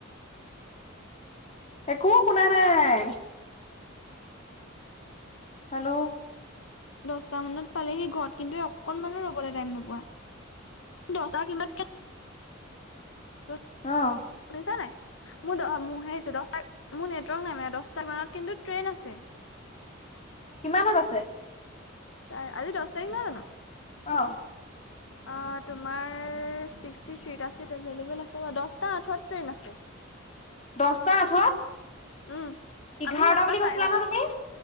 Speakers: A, on the left; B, on the left.
A: একো শুনা নাই। হেল্ল'।
B: দশটা মানত পালেহি ঘৰত কিন্তু অকনমানো ৰবলৈ টাইম নোপোৱা। দহটা কিমানত <unintelligible>
A: অঁ।
B: শুনিছা নাই, মোৰ দহ মোৰ সেই দহটা, মোৰ নেটৱৰ্ক নাই মানে দহটাক কিমানত কিন্তু ট্ৰেইন আছে।
A: কিমানত আছে?
B: অঁ' আজি দহ তাৰিখ নহয় জানো?
A: অ।
B: অঁ' তোমাৰ ছিক্সটি থিটা চিত এভেইলেবল আছে বাৰু দহটা আঠত ট্ৰেইন আছে।
A: দহটা আঠত,
B: উম,
A: এঘাৰটা
B: আমি ইয়াৰ পৰা
A: বুলি
B: চাৰে
A: কৈছিলা
B: নটা
A: নহয় তুমি।